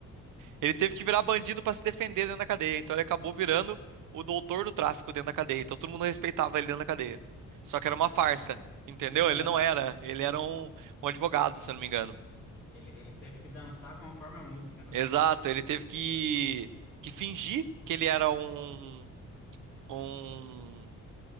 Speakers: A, on the right; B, in the centre.
A: Ele teve que virar bandido pra se defender dentro da cadeia. Então ele acabou virando o doutor do tráfico dentro da cadeia. Então todo mundo respeitava ele dentro da cadeia. Só que era uma
B: Nossa.
A: farsa, entendeu?
B: Aham.
A: Ele não era. Ele era um, um advogado, se eu não me engano.
B: Ele, ele teve que dançar conforme a música, né?
A: Exato, ele teve que, que fingir que ele era um, um,